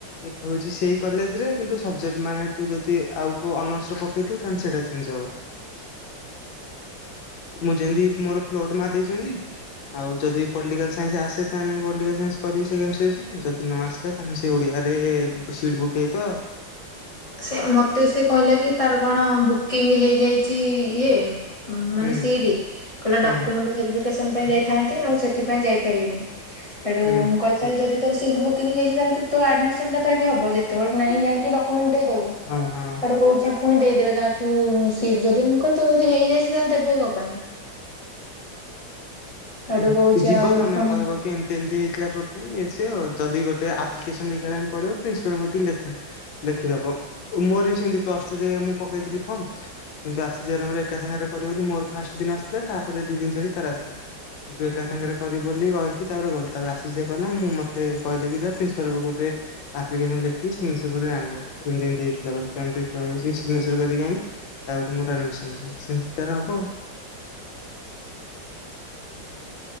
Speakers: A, on the left; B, on the left.
A: ସେ ହଉଛି ସେଇ କଲେଜ ରେ କିନ୍ତୁ ସବଜେକ୍ ମାନେ ତୁ ଯଦି ଆଉ କ ଅନର୍ସରେ ପକେଇଥିବୁ। ତାହେଲେ ସେଇଟା ଚେଞ୍ଜ ହବ। ମୁଁ ଯେମିତି ମୋର ଫ୍ଲଟ ମାରି ଦେଇଛନ୍ତି। ଆଉ ଯଦି ପଲିଟାଲ ସାଇନ୍ ଆସେ ତାହେଲେ ପଲିଟିକାଲ ସାଇନ୍ସ କରିବି। ସେ ଯଦି ନ ଆସିଲେ ଆମେ ସେ ଓଡିଆରେ ସିଟ୍ ବୁକ୍ ହେଇଥିବ।
B: ସେ ମତେ ସେ କହିଲା କି ତାର କଣ ବୁକିଂ ହେଇଯାଇଛି। ଇଏ ମାନେ
A: ହୁଁ
B: ସିଠି କହିଲା
A: ହୁଁ
B: ଡକୁମେଟ ଭେରିଫିକେଷନ ପାଇଁ ଯାଇଥାନ୍ତି। ଆଉ ସେଥିପାଇ ଯାଇ ପାରିଲିନି। ତେଣୁ
A: ହୁଁ।
B: <unintelligible> ଯଦି ସଟ ବୁକିଙ୍ଗ ହେଇଯାଇଛି ତାହେଲେ ତ ଆଡ଼ମିସନ୍ ତ ସେଠି ହେବ ଯେତେବେଳେ ନାଇଁ ଯାଇକି ଡକୁମେଣ୍ଟ ଦେଇଦବୁ।
A: ହଁ ହଁ।
B: ସେଟେ କହୁଛି ପୁଣି ଦେଇଦେବେ କାହାକୁ ସିଟ୍ ଯଦି ମୁଁ କହିଲ ତ ଯଦି ହେଇଯାଇଛି ତାହେଲେ ଦେବେ କ ପାଇଁ? ହେଟୁ
A: ହୁଁ
B: କହୁଛି
A: ଯିବ
B: ଆଉ
A: ତମେ
B: ପୁଣି
A: କହିବ କି ଏମିତି ଏମିତି ଥିଲା୍ <unintelligible> ଯଦି ଗୋଟେ ଆପ୍ଲିକେସନ ଲେଖିବା ପାଇଁ ପଡିବ ପ୍ରିନ୍ସିପାଲଙ୍କଠି ଲେଖା ଲେଖିଦବ ମୁଁ ହରି ସେମ ପ୍ଲସ ଟୁ ରେ ମୁଁ ପକେଇଥିଲି ଫର୍ମ କିନ୍ତୁ ଆସିିବର ଏକା ସାଙ୍ଗରେ କରିବ ବୋଲି ମୋର ଫାଷ୍ଟ ଦିନ ଆସିଲା। ତାପରେ ଦି ଦିନ ଛାଡି ତାର ଆସିଲା। କିନ୍ତୁ ଏକା ସାଙ୍ଗରେ କରିବ ବୋଲି ରହିକି ତାପରେ ଗଲି ତାପରେ ଆସିିସ ଭାଇ ଗଲା ମୁଁ ମତେ କହିଲେ କି ଯାହା ପ୍ରିନ୍ସିପାଲ ପାଖେ ଆପ୍ନ ଲେଖିି ଆଣ ଏମତିତି ହେଇଥିଲାର କରିକି ଆଣ ତାପରେ ମୋର ଆଣମିଶ ନଲେ ସେମିତି ତାର ହବ।